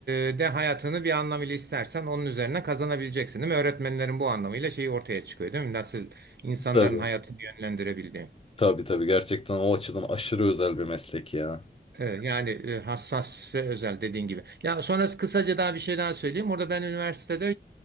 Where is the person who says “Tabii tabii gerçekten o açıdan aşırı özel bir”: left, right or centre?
Left